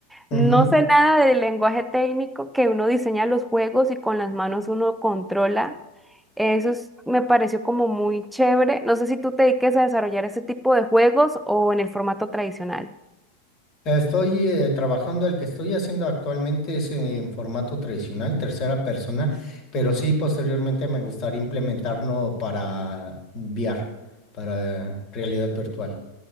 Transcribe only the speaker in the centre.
No sé nada del lenguaje técnico que uno diseña los juegos y con las manos uno controla. Eso es- me pareció como muy chévere. No sé si tú te dediques a desarrollar ese tipo de juegos o en el formato tradicional.